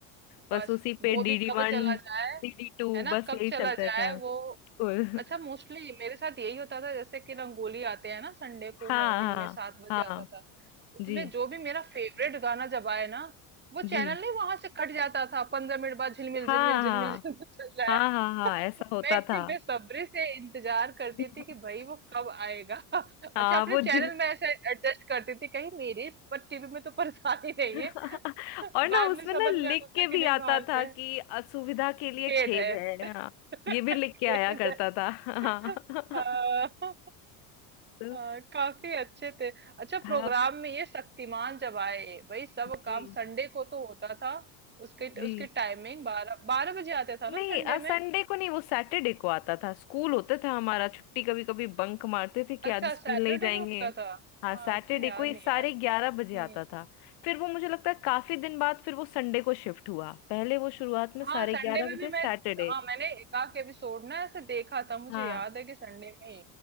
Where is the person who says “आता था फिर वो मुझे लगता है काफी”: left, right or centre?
Left